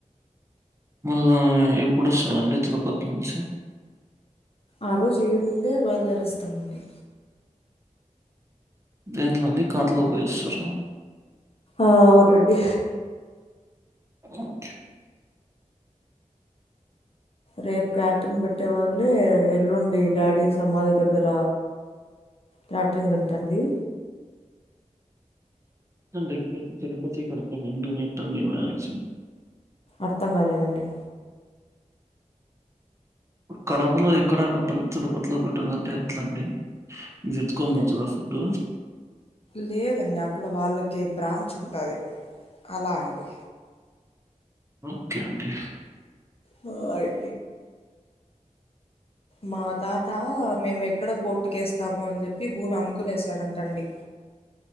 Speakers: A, on the right (about 20°); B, on the left (about 45°).
A: మళ్ళా ఎప్పుడు వస్తాదండి తిరుపతి నుంచి
B: ఆరోజు ఈవినింగే బయలుదేరేస్తామండి
A: దేంట్లో అండి కార్లో పోయొస్తారా
B: ఆ అవునండి
A: ఓకే
B: రేపు క్యాటిన్ పెట్టే వాళ్ళే ఎల్లుండి డాడీ సమాధి దగ్గర క్యాట్రింగ్ అంట అండి
A: త్తం రెక్టు తిరుపతి కడప రెండు <unintelligible>
B: అర్థం కాలేదండి
A: కడపలో ఇక్కడ పెట్టాలి తిరుపతిలో పెట్టాలంటే ఎట్లండి మీరు ఎత్తుకొని
B: అంటే
A: పోతారా ఫుడ్
B: లేదండి అక్కడ వాళ్ళకి బ్రాంచ్ ఉంటది అలా అండి
A: ఓకే అండి
B: బాయ్ మా తాత మేము ఎక్కడ కోర్టుకు ఏస్తామొ అని చెప్పి భూమి అమ్ముకునేశాడంట అండి